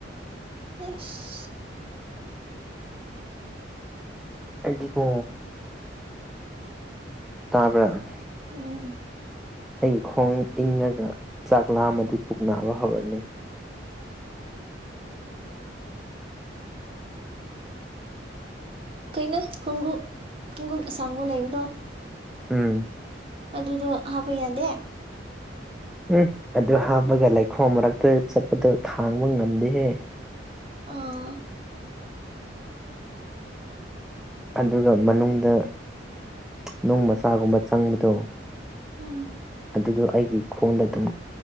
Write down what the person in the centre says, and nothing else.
ꯑꯩꯗꯤꯀꯣ ꯇꯥꯕ꯭ꯔꯥ
ꯑꯩꯒꯤ ꯈꯣꯡ ꯏꯪꯉꯒ ꯆꯥꯛ ꯂꯥꯝꯃꯗꯤ ꯄꯨꯛ ꯅꯥꯕ ꯍꯧꯔꯅꯤ
ꯎꯝ
ꯎꯝ ꯑꯗꯨ ꯍꯥꯞꯄꯒ ꯂꯩꯈꯣꯝ ꯃꯔꯛꯇ ꯆꯠꯄꯗꯣ ꯊꯥꯡꯕ ꯉꯝꯗꯦꯍꯦ
ꯑꯗꯨꯒ ꯃꯅꯨꯡꯗ ꯅꯨꯡ ꯃꯆꯥꯒꯨꯝꯕ ꯆꯪꯕꯗꯣ
ꯑꯗꯨꯗꯣ ꯑꯩꯒꯤ ꯈꯣꯟꯗ ꯑꯗꯨꯝ